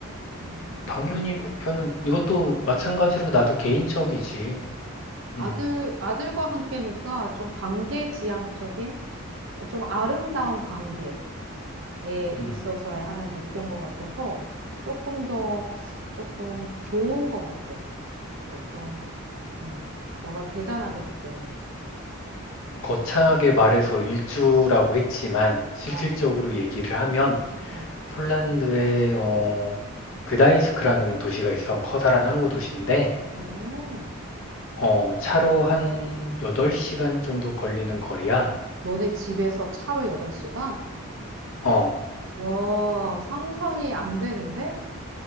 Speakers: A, on the right; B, on the left.
A: 음.
B: 당연히 목표는 이것도 마찬가지로 나도 개인적이지.
A: 아들,
B: 음,
A: 아들과 함께니까 좀 관계 지향적인, 좀 아름다운 관계. 에
B: 음.
A: 있어서의 하나의 목표인 것 같아서 조금 더 조금 좋은 것 같아. 조금 음, 너가 대단하게 느껴져.
B: 거창하게 말해서 일주라고 했지만 실질적으로
A: 어,
B: 얘기를 하면
A: 어,
B: 폴란드의 어, 그다인스크라는 도시가 있어 커다란 항구 도시인데
A: 어.
B: 어, 차로 한 8시간 정도 걸리는 거리야.
A: 너네 집에서 차로 8시간?
B: 어,
A: 와, 상상이 안 되는데?